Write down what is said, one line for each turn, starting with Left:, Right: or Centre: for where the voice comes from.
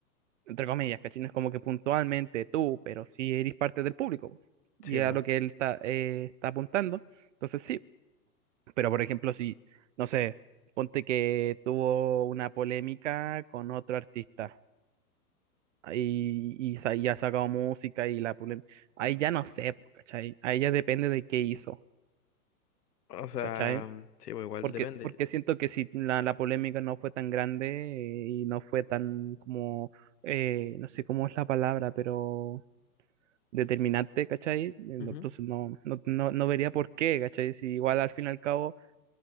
Right: entre comillas, ¿cachai? No es como que puntualmente tú, pero sí eres parte del público.
Left: sí,
Right: Y
Left: bo.
Right: a lo que él está, eh, está apuntando. Entonces sí, pero por ejemplo, si, no sé, ponte que tuvo una polémica con otro artista y, y sa- y ha sacado música y la problem- ahí ya no sé, pues, ¿cachai? Ahí ya depende de qué hizo,
Left: O sea,
Right: ¿cachai?
Left: sí, bo, igual
Right: Porque,
Left: depende.
Right: porque siento que si la, la polémica no fue tan grande eh, y no fue tan como, eh, no sé cómo es la palabra, pero determinante, ¿cachai? Eh, no-
Left: Ujú,
Right: Entonces no, no, no, no vería por qué, ¿cachai? Si igual al fin y al cabo